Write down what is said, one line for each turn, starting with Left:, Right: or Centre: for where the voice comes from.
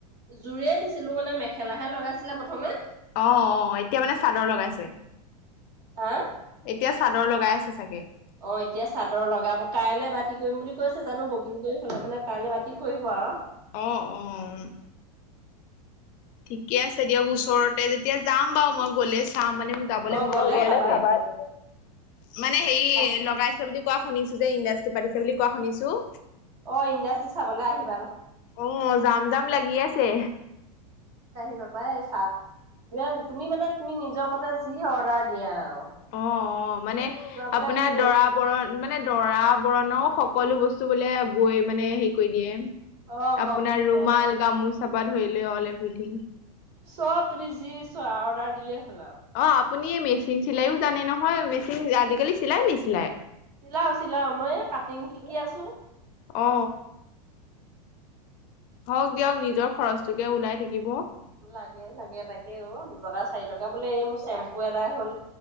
Right: জোৰেয় দিছিলো মানে মেখেলাহে লগাইছিলে প্ৰথমে।
Left: অঁ অঁ এতিয়া মানে চাদৰ লগাইছে।
Right: হাঁ
Left: এতিয়া চাদৰ লগাই আছে চাগে।
Right: অঁ এতিয়া চাদৰ লগাব কাইলে বাতি। কৰিম বুলি কৈছে জানো ববিন কৰি হলে মানে কাইলৈ বাতি কৰিব আৰু।
Left: অ', অ', ঠিকে আছে দিয়ক ওচৰতে যেতিয়া যাম বাৰু মই গলে। চাম মানে মোৰ যাবলৈ
Right: অ
Left: মন
Right: গ'লে
Left: গৈয়ে
Right: চাবাহি
Left: আছে।
Right: অ
Left: মানে হেৰি
Right: আহ
Left: লগাইছে বুলি। কোৱা শুনিছো যে ইণ্ডাষ্ট্ৰি পাতিছে বুলি কোৱা শুনিছো।
Right: অঁ ইণ্ডাষ্ট্ৰি চাবলৈ আহিব।
Left: অঁ যাম যাম লাগি আছে।
Right: পাবাই চা তুমি মানে তুমি নিজৰ মতে যি অৰ্ডাৰ দিয়া আৰু।
Left: অঁ অঁ মানে
Right: তোমাৰ বোলে
Left: আপোনাৰ
Right: মোৰ
Left: দৰা বৰণ মানে। দৰা বৰণৰ সকলো বস্তু বোলে বৈ মানে হেৰি কৰি দিয়ে।
Right: অ কমপ্লিট
Left: আপোনাৰ ৰুমাল
Right: অ
Left: গামোচ। চাবাৰ ধৰিলে অল এভিথিং।
Right: চ' তুমি যি। চোৱা অৰ্ডাৰ দিলেই হ'ল আৰু।
Left: অ', আপুনি মেচিন চিলায়ো জানে নহয় মেচিন আজিকালি চিলাই নিচিলাই।
Right: চিলাওঁ চিলাওঁ মই কাটিং শিকি আছো।
Left: অ', হওঁক দিয়ক নিজৰ খৰচটোকে ওলাই থাকিব।
Right: লাগে লাগে তাকে অঁ দু। টকা চাৰি টকা বোলে এই মোৰ চেম্পু এটাই হ'ল।